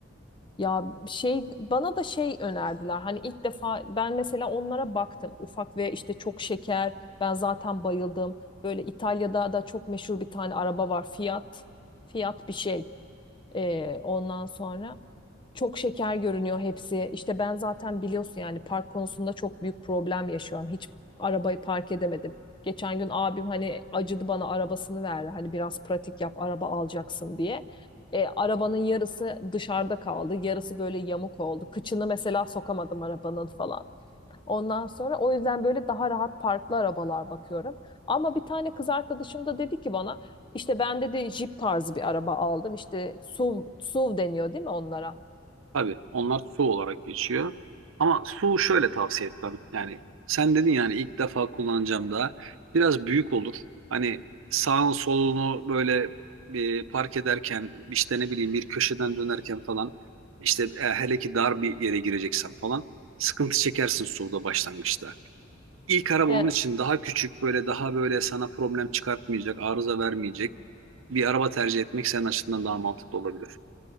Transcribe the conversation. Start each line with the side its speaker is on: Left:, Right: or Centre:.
Left: Ya şey bana da şey önerdiler. Hani ilk defa ben mesela onlara baktım. Ufak ve işte çok şeker. Ben zaten bayıldım. Böyle İtalya'da da çok meşhur bir tane araba var. Fiat. Fiat bir şey. Ee, ondan sonra. Çok şeker görünüyor hepsi. İşte ben zaten biliyorsun yani park konusunda çok büyük problem yaşıyorum. Hiç arabayı park edemedim. Geçen gün abim hani acıdı bana arabasını verdi. Hani biraz pratik yap araba alacaksın diye. E, arabanın yarısı dışarıda kaldı. Yarısı böyle yamuk oldu. Kıçını mesela sokamadım arabanın falan. Ondan sonra o yüzden böyle daha rahat parklı arabalar bakıyorum. Ama bir tane kız arkadaşım da dedi ki bana işte ben dedi Jeep tarzı bir araba aldım. İşte SUV, SUV deniyor değil mi onlara?
Right: Tabii onlar su olarak geçiyor. Ama su şöyle tavsiye etmem. Yani sen dedin yani ilk defa kullanacağım da biraz büyük olur. Hani sağın solunu böyle e, park ederken işte ne bileyim bir köşeden dönerken falan işte e, hele ki dar bir yere gireceksen falan sıkıntı çekersin suda başlangıçta. İlk araba
Left: He,
Right: onun için daha küçük böyle daha böyle sana problem çıkartmayacak, arıza vermeyecek bir araba tercih etmek senin açısından daha mantıklı olabilir.